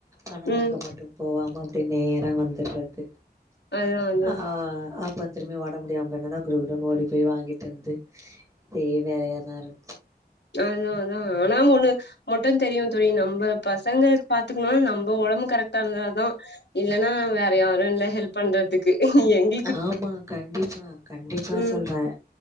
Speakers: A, on the right (about 20°); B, on the left (about 85°).
A: ஆனா
B: ம்
A: அங்க மட்டும் போவாம அப்டே நேரா வந்துர்றது
B: அதா அதா
A: ஆ அப் பே திரும்பியு ஒடம் முடியாமருந்தனா குடுகுடுன்னு ஓடி போய் வாங்கிட்டு வந்து இதே வேலையாதாருக்
B: அதாதா ஆனா ஒண்ணு மட்டு தெரியு தோழி நம்ப பசங்க பாத்துக்கணுனா நம்ப ஒடம்பு கரெக்டாருந்தா தா இல்னா வேற யாரு இல்ல ஹெல்ப் பண்றதுக்கு எங்
A: ஆமா கண்டிப்பா கண்டிப்பா
B: ம்
A: சொல்றே